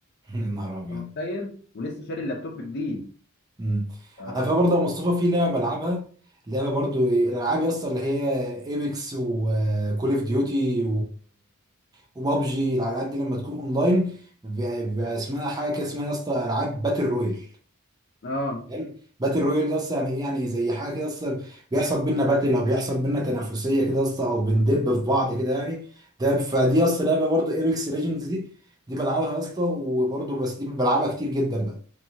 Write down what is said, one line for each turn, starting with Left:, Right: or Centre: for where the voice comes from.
Right: يا <laughs> نهار ابيض
Left: انت متخيل ولسه شاري اللابتوب جديد
Right: مم.
Left: اه
Right: على فكره برضه يا مصطفى في لعبه بلعبها لعبه برضه الالعاب يا اسطى اللي هي ايبكس وكول اوف ديوتي وبابجي الالعاب دي لما تكون اونلاين بيبقى بيبقى اسمها حاجه كده اسمها يا اسطى العاب باتل رويال
Left: آه.
Right: حلو باتل رويال ده اصلا يعني ايه يعني زي حاجه كده اصلا بيحصل بينا باتل او بيحصل بينا تنافسيه كده اصلا او بندب في بعض كده يعني ده فدي اصلا لعبه برضو ايبكس ليجندز دي دي بلعبها يا اسطى وبرضو بس دي بلعبها كتير جدا بقى